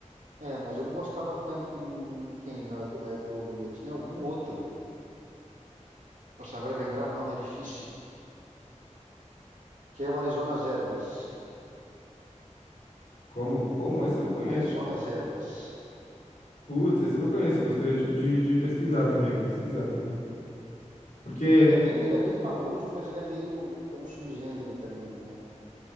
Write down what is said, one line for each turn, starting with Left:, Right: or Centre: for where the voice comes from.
Right: É, mas eu não gostava tanto do, do, do Kanye na, na época que eu ouvia. Tinha algum outro. Nossa, agora lembrar nome é difícil. Que é o Arizona Ervas.
Left: Como, como esse eu não conheço.
Right: Arizona Ervas.
Left: Putz, esse eu não conheço, eu gostaria de, de, de pesquisar também, vou pesquisar também. Porque,
Right: Ele é bem, ele é bem famoso, mas ele é meio, é um subgênero também, né? né,